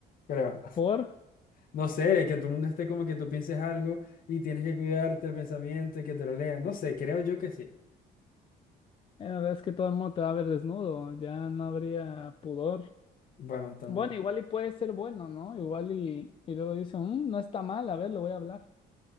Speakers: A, on the left; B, on the left.
A: creo.
B: Por...
A: No sé, que todo el mundo esté como que tú pienses algo y tienes que cuidarte el pensamiento y que te lo lean. No sé, creo yo que sí.
B: eh, La verdad es que todo el mundo te va a ver desnudo, ya no habría pudor.
A: Bueno, también.
B: Bueno, igual y puede ser bueno, ¿no? Igual y, y luego dicen, "Mm, no está mal, a ver, lo voy a hablar.